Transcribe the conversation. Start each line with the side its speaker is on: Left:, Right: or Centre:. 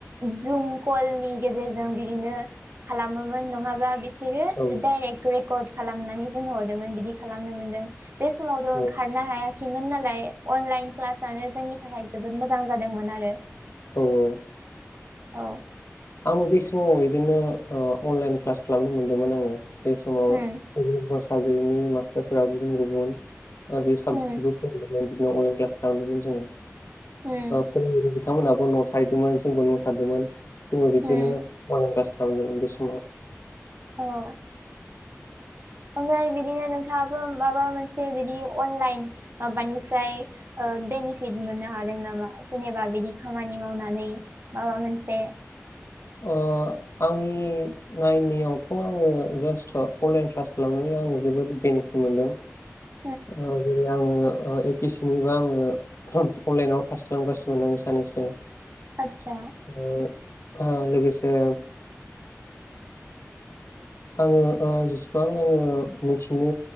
Right: जुम कलनि गेजेरजों बिदिनो खालामोमोन नङाबा बिस सोरो
Left: औ
Right: डायरेक्ट रेकर्ड खालामनानै जोंनो हरदोंमोन बिदि खालामनो मोनदों। बे समावद' ओंखारनो
Left: औ
Right: हायाखिमोन नालाय अनलाइन क्लास जानो जोंनि थाखाय जोबोद मोजां जादोंमोन आरो।
Left: औ औ।
Right: औ
Left: आंबो बै समाव इदिनो ओ अनलाइन क्लास खालामनो मोनदोंमोन आङो। बे समाव
Right: उम
Left: गुबुन गुबुन साजेक्टनि मास्टारफोरा गुबुन गुबुन ओ जि साबजेक्टखौबो
Right: उम
Left: फोरोंदोंमोन बिदिनो अनलाइन क्लास खालामदोंमोन जोङो।
Right: उम
Left: फोरोंबोदों बिथांमोनहाबो न' थाहैदोंमोन जोंबो न' थांदोंमोन जोंबो बिब्दिनो
Right: उम
Left: अनलाइन क्लास खालामदोंमोन बे समाव।
Right: औ ओमफ्राय बिदिनो नोंथाङाबो माबा मोनसे बिदि अनलाइन माबानिफ्राय ओ बेनिफिट मोननो हादों नामा जेनेबा बिदि खामानि मावनानै माबा मोनसे?
Left: अ आंनि नायनायावथ' आङो जास्ट' अनलाइन क्लास खालामनानै आं जोबोद बेनिफिट मोनदों।
Right: <inaudible>
Left: ओ जेरै आङो ओ ए पि एस सि निबो आङो अनलाइनाव क्लास खालामगासिनो आं सानानैसो
Right: आतसा।
Left: <inaudible> ओ लोगोसे आङो ओ जेसेबां आङो मिथिनो